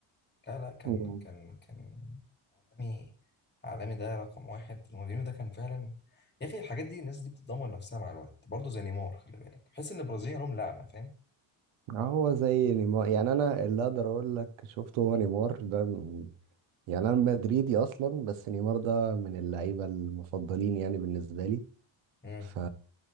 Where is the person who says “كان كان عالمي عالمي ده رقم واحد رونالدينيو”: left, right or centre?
Left